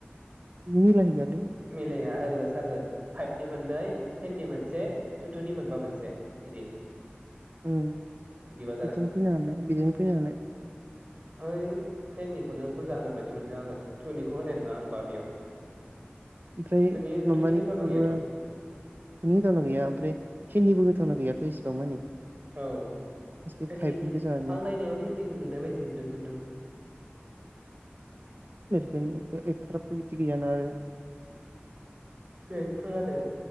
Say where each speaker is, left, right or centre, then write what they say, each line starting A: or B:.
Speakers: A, on the right; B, on the right.
A: मिलायहैया।
B: मिलाया आरो बासो जागोन मोननै टेननि मोनसे टू टू नि बोनबा मोनसे बिदि।
A: उम
B: बिदिबा
A: बिथिं
B: जागोन
A: फैनो हानाय बिदिनो फैनो हानाय।
B: ओमफ्राय टेननिखौनो बुरजा होगोन बायदि मोन्दों आङो टुनिखौ होनाय नङा आंनिबा बेयाव।
A: ओमफ्राय
B: टुनि
A: माबानिखौबाबो
B: टुनि होथावना गैयाथ'
A: मानि होथावना गैया ओमफ्राय टेननिबो होथावना गैया। बेसेबां मानि
B: औ
A: बास बे
B: टेननि
A: फाइभनि गोजानो
B: आं नायनायाव टेननिनो नुनाय बायदि नुदों खिन्थु।
A: <unintelligible> एथ'ग्राबथ' बिदि गैया ना आरो।
B: बेनथ' जादों